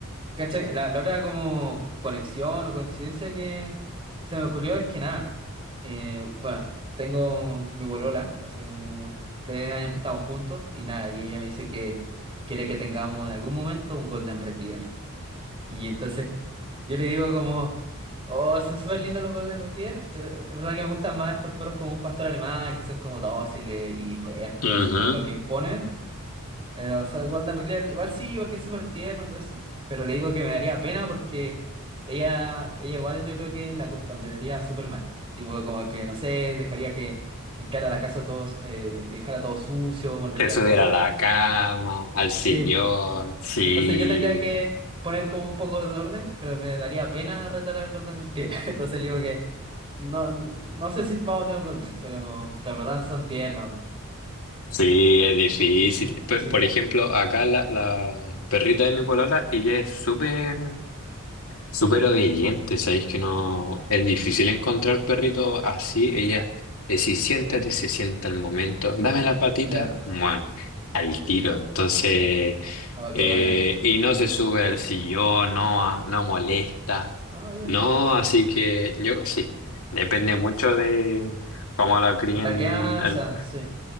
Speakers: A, on the right; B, on the left.
A: ¿Cachai? La, la otra como conexión o coincidencia que se me ocurrió es que nada. eh, bueno, tengo mi polola, hace como tres años que estamos juntos y nada, y ella me dice que quiere que tengamos en algún momento un Golden Retriever. Y entonces yo le digo como, oh, son súper lindos los Golden Retriever. Es ver- es verdad que me gustan más estos perros como un pastor alemán, que son como dóciles y fuertes,
B: ujú.
A: así como lo que imponen. Pero son Golden Retriever, igual sí, porque es súper tierno y todo eso. Pero le digo que me daría pena porque ella, ella igual yo creo que la acostumbraría súper mal. Tipo como que, no sé, dejaría que entrara a la casa todos, eh, y dejara todo sucio, mordería
B: Te subir
A: cosas.
B: a la cama, al sillón.
A: Sí, sí.
B: Sí,
A: Entonces yo tendría que poner como un poco de orden, pero me daría pena retar al Gordon Retriever. <laughs> Entonces le digo que no, no sé si vamos a tener un Golden, pero, pero en verdad son tiernos.
B: sí, es difícil.
A: Sí,
B: P-
A: sí.
B: Por, ejemplo, acá la, la perrita de mi polola, ella es súper Súper obediente, sabéis que no es difícil encontrar perritos así. Ella le si siéntate, se sienta al momento, dame la patita,
A: Ya.
B: muan, al tiro. Entonces,
A: Oh, qué
B: eh,
A: buena.
B: y no se sube al sillón, no, no molesta,
A: ah ya.
B: no. Así que yo sí, depende mucho de cómo lo críen.
A: De la crianza,
B: El...
A: sí.